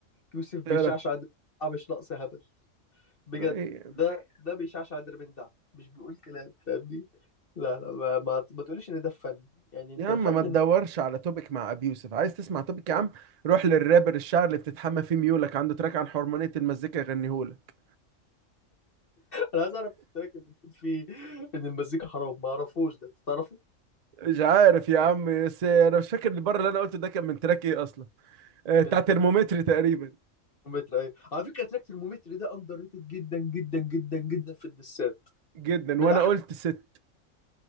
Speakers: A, on the left (about 45°); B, on the right (about 60°).
A: يوسف بيشعشع
B: تقرا
A: دربندع مش ناقص هبل بجد
B: إيه؟
A: ده ده بيشعشع دربندع مش بيقول كلام فاهمني لا لا ما, ما, ما تقوليش ان ده فن يعني انت
B: يا عم
A: الفن
B: ما تدورش على توبيك مع ابي يوسف عايز تسمع توبيك يا عم روح للرابر الشعر اللي بتتحمى فيه ميولك عنده تراك عن حرمانية المزيكا يغنيهولك
A: انا عايز اعرف التراك اللي بتقول فيه ان المزيكا حرام ما اعرفوش ده انت تعرفه
B: مش عارف يا عم بس انا مش فاكر البر اللي انا قلته ده كان من تراك ايه اصلا آه،
A: من
B: بتاع ترمومتر تقريبا
A: ترمومتر ايوه على فكره تراك ترمومتر ده اندر ريتد جدا جدا جدا جدا في الدسات
B: جدا
A: من
B: وانا
A: احلى
B: قلت ست